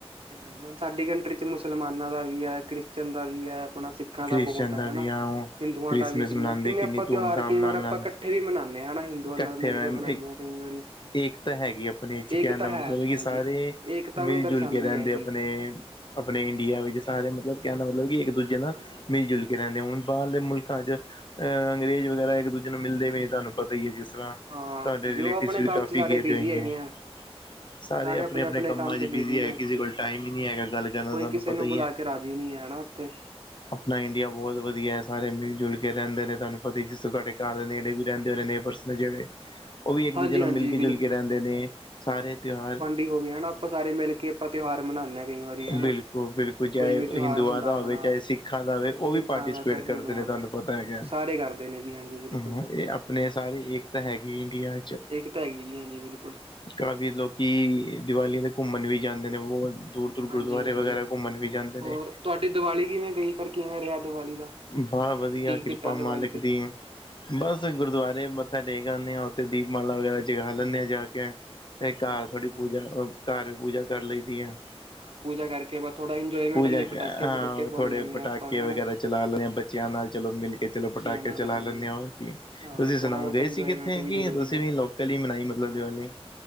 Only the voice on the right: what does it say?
ਹਾਂਜੀ-ਹਾਂਜੀ, ਹੁਣ ਸਾਡੀ ਕੰਟਰੀ'ਚ ਮੁਸਲਮਾਨਾਂ ਦਾ ਵੀ ਐ, ਕ੍ਰਿਸਚਨ ਦਾ ਵੀ ਐ, ਆਪਣਾ ਸਿੱਖ ਸਿੱਖਾਂ
ਦਾ ਬਹੁਤ ਐ ਹਨਾ।
ਹਿੰਦੂਆਂ
ਦਾ ਵੀ ਕਿੰਨਾ,
ਕਿੰਨੇ
ਆਪਾਂ ਤਿਉਹਾਰ
ਕਈ
ਵਾਰ
ਆਪਾਂ ਕੱਠ ਕੱਠੇ ਵੀ ਮਨਾਂਨੇ ਆਂ, ਹਨਾ ਹਿੰਦੂਆਂ
ਨਾਲ ਮਿਲਕੇ
ਬਨਾਂਨੇ ਆ, ਕਈ ਵਾਰੀ।
ਏਕਤਾ
ਹਾਂਜੀ
ਏਕਤਾ
ਨੂੰ ਦਰਸਾਉਂਦੀ
ਹੈ ਇਹ ਚੀਜ਼
ਜੀ,
ਹਾਂਜੀ,
ਹਾਂਜੀ,
ਹਾਂਜੀ,
ਹਾਂਜੀ।
ਹਾਂ,
ਜੀ
ਉਹ ਆਪਣੇ
ਕੰਮ
ਚ ਸਾਰੇ
ਬਿਜ਼ੀ
ਹੈਗੇ ਆ।
ਆਪਣੇ-ਆਪਣੇ
ਕੰਮ ਚ
ਨੇ।
ਹਾਂ,
ਕੋਈ
ਕਿਸੇ
ਨੂੰ ਬੁਲਾਕੇ ਰਾਜੀ ਨੀ ਹੈ, ਹੈਨਾ, ਉੱਥੇ।
ਹਾਂਜੀ-ਹਾਂਜੀ,
ਕੀ ਹੋਗਿਆ ਨਾ ਆਪਾ ਸਾਰੇ ਮਿਲਕੇ, ਆਪਾ ਤਿਉਹਾਰ ਮਨਾਂਨੇ ਆ। ਕਈ ਵਾਰੀ ਹਨਾ।
ਕੋਈ ਵੀ ਤਿਉਹਾਰ
ਹੁੰਦਾ
ਆਪਣਾ
ਸਿੱਖਾਂ
ਦਾ ਚਾਹੇ
ਹਿੰਦੂਆਂ
ਦਾ।
ਸਾਰੇ ਕਰਦੇ ਨੇ ਜੀ ਹਾਂਜੀ ਬਿਲਕੁਲ
ਜੀ।
ਏਕਤਾ ਹੈਗੀ ਜੀ ਹਾਂਜੀ, ਬਿਲਕੁਲ।
ਹਾਂਜੀ-ਹਾਂਜੀ।
ਹੋਰ ਤੁਹਾਡੀ ਦੀਵਾਲੀ ਕਿਵੇਂ ਗਈ ਫਿਰ ਕਿਵੇਂ ਰਿਹਾ ਦੀਵਾਲੀ ਦਾ
ਕੀ
ਕੀਤਾ ਦੀਵਾਲੀ
ਤੇ?
ਹਾਂਜੀ-ਹਾਂਜੀ,
ਹਾਂਜੀ।
ਹਾਂਜੀ
ਹਾਂ, ਪੂਜਾ ਕਰਕੇ ਬ ਥੋੜਾ ਇੰਜੋਏਮੈਂਟ
ਲਈ
ਪਟਾਕੇ-ਪਟੂਕੇ ਫੋੜ
ਲੈਂਨੇ
ਆ, ਆਪਾਂ
ਹਨਾ।
ਬੱਚਿਆਂ ਨਾਲ
ਹਾਂਜੀ
ਹਾਂ
ਥੋੜਾ
ਬਹੁਤਾ
ਇੰਜੋਏਮੈਂਟ
ਵੀ
ਜ਼ਰੂਰੀ
ਹੈ।